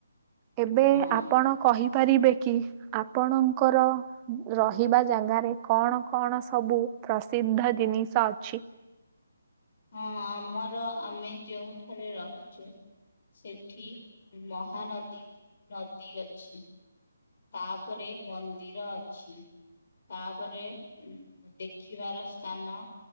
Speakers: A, on the right (about 20°); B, on the left (about 50°).
A: ଏବେ
B: ହଁ
A: ଆପଣ କହିପାରିବେ କି ଆପଣଙ୍କର ରହିବା ଜାଗାରେ କଣ କଣ ସବୁ ପ୍ରସିଦ୍ଧ ଜିନିଷ ଅଛି।
B: ହଁ ଆମର ଆମେ ଯେଉଁଠାରେ ରହିଛୁ। ସେଠି ମହାନଦୀ ନଦୀ ଅଛି। ତାପରେ ମନ୍ଦିର ଅଛି। ତାପରେ ଦେଖିବାର ସ୍ଥାନ